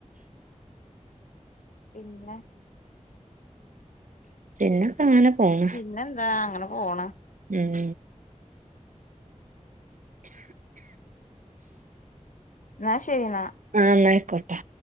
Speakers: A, on the left; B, on the right.
A: പിന്നെ
B: പിന്നൊക്കെ അങ്ങനെ പോണു
A: പിന്നെന്താ അങ്ങനെ പോണു
B: ഉം
A: എന്നാ ശരി എന്നാ
B: ആഹ് എന്നാ ആയിക്കോട്ടെ